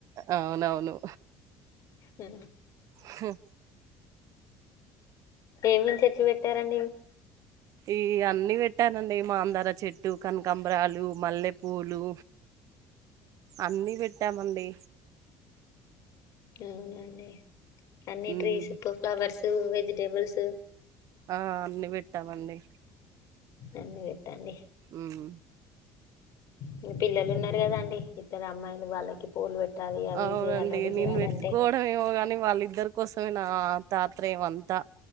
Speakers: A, on the right; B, on the left.
A: అవునవును
B: ఊ.
A: హు
B: ఏమేమ్ చెట్లు వెట్టారండి
A: ఈ ఇగా అన్నీ వెట్టానండి మాందారా చెట్టు, కన్కాంబరాలు, మల్లెపూలూ అన్నీ వెట్టామ్మండీ
B: అవునా అండి అన్నీ
A: ఉమ్
B: ట్రీసు, ప్ ఫ్లవర్సూ, వెజిటేబుల్సూ.
A: ఆ అన్నీ వెట్టామండి.
B: అన్నీ వెట్టండి
A: ఊహు
B: మీ పిల్లలున్నారు గదా అండి ఇద్దరు అమ్మాయిలు వాళ్ళకి పూలు పెట్ టాలి అవి
A: అవునండి
B: జేయాలి రెడి జేయ్యాలి
A: నేను పెట్టుకోవడం
B: అంటే
A: ఏమో గాని వాళ్ళిద్దరికోసమే నా ఆ తాత్రయం అంతా.